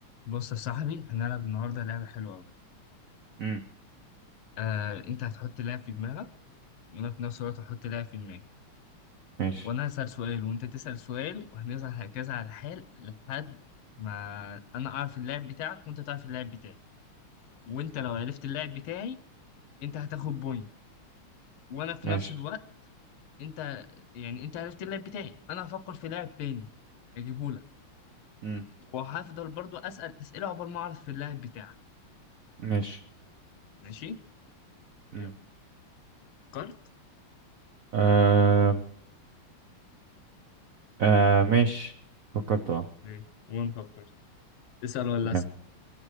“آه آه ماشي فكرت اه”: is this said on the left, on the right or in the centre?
Right